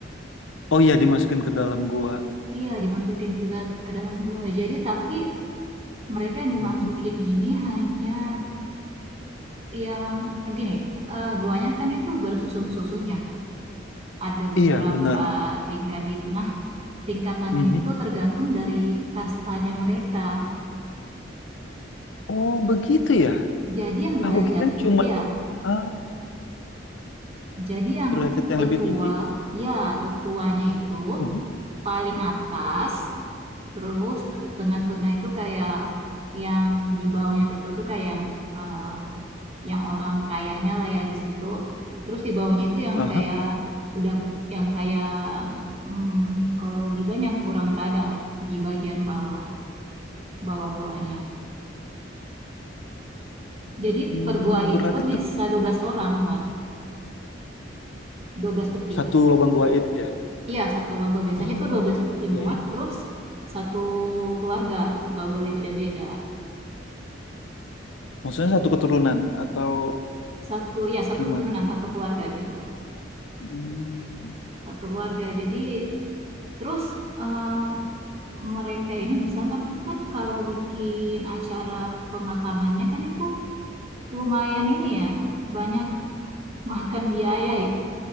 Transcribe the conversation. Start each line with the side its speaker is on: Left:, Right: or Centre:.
Left: Oh iya, dimasukin ke dalam gua.
Right: Iya, dimasukin ke, ga- ke dalam gua. Jadi tapi mereka yang dimasukin
Left: Mhm.
Right: ini hanya yang eh, gini, eh, guanya kan itu bersusun-susun ya. ada beberapa
Left: Iya, benar.
Right: tingkat gitu. Nah, tingkatannya
Left: Mhm.
Right: itu tergantung dari kastanya mereka.
Left: Oh begitu ya.
Right: Jadi yang derajat,
Left: Aku kira cuma
Right: ya
Left: ah,
Right: Jadi yang
Left: derajat yang
Right: tetua,
Left: lebih tinggi.
Right: ya tetuanya itu
Left: Mhm.
Right: paling atas, terus tengah-tengah itu kayak yang di bawahnya tetua tuh kayak yang eh, yang orang kayanya lah ya di situ. Terus di bawahnya itu yang
Left: Aha.
Right: kayak udah yang kayak hmm, kalau dibilang yang kurang berada lah di bagian bawah bawah goanya. Jadi
Left: Hmm,
Right: per goa
Left: berarti
Right: itu
Left: itu
Right: bisa 12 orang muat, 12 peti.
Left: satu lubang gua itu ya.
Right: Iya, satu bangku. Biasanya
Left: Ah,
Right: tuh dua belas peti
Left: Oke.
Right: muat terus satu keluarga, nggak boleh beda-beda.
Left: Maksudnya satu keturunan atau
Right: Satu, ya satu
Left: gimana?
Right: keturunan, satu keluarga gitu.
Left: Hmm,
Right: Satu keluarga. Jadi terus eh, mereka ini misalkan itu kan kalau bikin acara pemakamannya kan itu lumayan ini ya, banyak makan biaya ya.